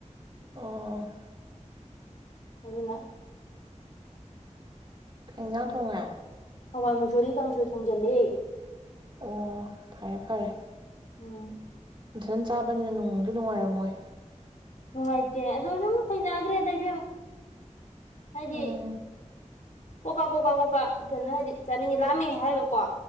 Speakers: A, on the right (about 40°); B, on the left (about 70°).
A: ꯑꯣ
B: ꯑꯗꯨꯅ
A: ꯀꯩꯖꯥꯡ ꯊꯣꯉꯦ
B: ꯍꯋꯥꯏ ꯃꯨꯁꯣꯏꯔꯤ ꯀꯥꯡꯁꯣꯏ ꯊꯣꯡꯖꯤꯜꯂꯦ
A: ꯑꯣ ꯐꯔꯦ ꯐꯔꯦ
B: ꯎꯝ
A: ꯅꯊꯟ ꯆꯥꯕꯅꯤꯅ ꯅꯨꯡꯗꯤ ꯅꯨꯡꯉꯥꯏꯔꯝꯃꯣꯏ
B: ꯅꯨꯡꯉꯥꯏꯇꯦ ꯑꯗꯣ ꯑꯗꯨꯝ ꯍꯩꯅꯈ꯭ꯔꯦ ꯗ ꯏꯕꯦꯝꯃ ꯍꯥꯏꯗꯤ
A: ꯎꯝ
B: ꯀꯣ ꯀꯥ ꯀꯣꯛ ꯀꯥ ꯀꯣꯛ ꯀꯥ ꯏꯊꯟꯇ ꯍꯥꯏꯗꯤ ꯆꯥꯅꯤꯡꯉꯦ ꯂꯥꯝꯃꯦ ꯍꯥꯏꯔꯒꯀꯣ